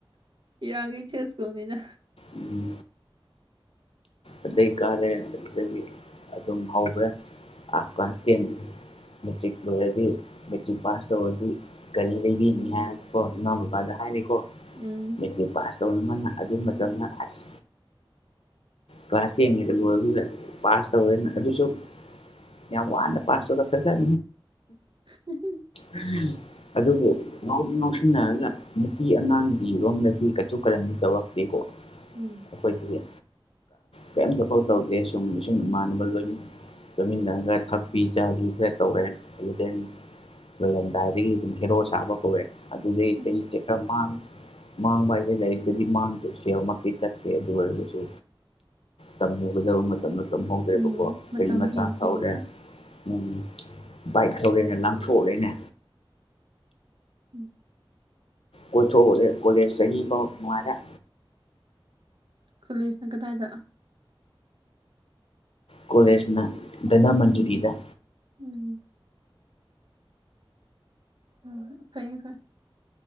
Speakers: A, on the right; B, on the left.
A: ꯏꯔꯒꯩ ꯊꯁ ꯀꯃꯦꯅ
B: ꯎꯝ ꯑꯗꯩ ꯀꯥꯔꯦ ꯑꯗꯨꯗꯒꯤ ꯑꯗꯨꯝ ꯍꯧꯈ꯭ꯔꯦ ꯍꯥꯞꯀ ꯍꯇꯦꯡ ꯃꯦꯇ꯭ꯔꯤꯛ ꯑꯣꯏꯗꯤ ꯃꯦꯇ꯭ꯔꯤꯛ ꯄꯥꯁ ꯇꯧꯕꯗꯤ ꯀꯔꯤ ꯂꯩꯕꯤꯅꯤ ꯍꯥꯏ ꯀꯣ ꯏꯃꯥ ꯕꯕꯥꯗ ꯍꯥꯏꯔꯤꯦꯀꯣ
A: ꯎꯝ꯫
B: ꯃꯦꯇ꯭ꯔꯤꯛ ꯄꯥꯁ ꯇꯧꯕ ꯑꯃꯅ ꯑꯗꯨ ꯃꯇꯝꯗ ꯑꯁ꯫ ꯀ꯭ꯂꯥꯁꯉꯦ ꯄꯥꯁ ꯇꯧ ꯑꯗꯨꯁꯨ ꯌꯥꯝ ꯋꯥꯅ ꯄ ꯁꯣꯗꯁ ꯍꯖ
A: ꯎ
B: ꯎꯝ꯫ ꯑꯗꯨꯕꯨ ꯉꯥꯎꯗꯤ ꯉꯥꯎꯁꯤꯟꯅꯔꯒ ꯅꯨꯄꯤ ꯑꯉꯥꯡꯒꯤꯔꯣꯝꯗꯗꯤ ꯀꯥꯇꯨ ꯀꯥꯔꯟꯗꯤ ꯇꯧꯔꯛꯇꯦ꯫ ꯏꯀꯣ꯫
A: ꯎꯝ
B: ꯑꯩꯈꯣꯏꯒꯤ ꯀꯔꯤꯝꯇ ꯐꯥꯎ ꯇꯧꯒꯦ ꯁꯨꯝ ꯁꯨꯝ ꯏꯃꯥꯟꯅꯕ ꯂꯣꯏꯅ ꯆꯠꯃꯤꯟꯅꯒ ꯊꯥꯛꯄꯤ ꯆꯥꯕꯤ ꯈꯔ ꯇꯧꯔꯦ ꯑꯗꯨꯗꯩ ꯑꯩꯈꯔꯝꯗꯥꯏꯗꯒꯤ ꯑꯗꯨꯝ ꯍꯦꯔꯣ ꯁꯥꯕ ꯍꯧꯋꯦ ꯑꯗꯨꯗꯩ ꯏꯁꯩꯁꯦ
A: ꯎꯝ
B: ꯈꯔ ꯃꯥꯡ ꯃꯥꯡꯕ ꯍꯥꯏꯗ ꯂꯩꯕꯗꯨꯗꯤ ꯃꯥꯡꯗ ꯁꯦꯡꯃꯛꯇꯤ ꯆꯠꯠꯇꯦ ꯑꯗꯨ ꯑꯣꯏꯔꯒꯁꯨ ꯆꯍꯧꯒꯗꯕ ꯃꯇꯝꯗ ꯆꯝꯍꯧꯗ꯭ꯔꯦꯕꯀꯣ
A: ꯎꯝ ꯃꯇꯝ
B: ꯀꯔꯤ ꯃꯆꯥ
A: ꯍꯦꯟꯈꯤꯕꯀꯣ
B: ꯇꯧꯔꯦ ꯎꯝ ꯕꯥꯏꯛ ꯂꯧꯧꯔꯦꯅꯦ ꯂꯪꯊꯣꯛꯎꯔꯦꯅꯦ
A: ꯎꯝ
B: ꯑꯣꯣꯊꯦꯣꯂꯦ ꯁꯍꯤꯥꯎ ꯇꯨꯔꯥ
A: ꯀꯣꯂꯦꯁꯅ ꯀꯗꯥꯏꯗ
B: ꯀꯣꯂꯦꯖꯅ ꯙꯅ ꯃꯟꯖꯨꯔꯤꯗ
A: ꯎꯝ ꯎꯝ ꯀꯩ ꯐ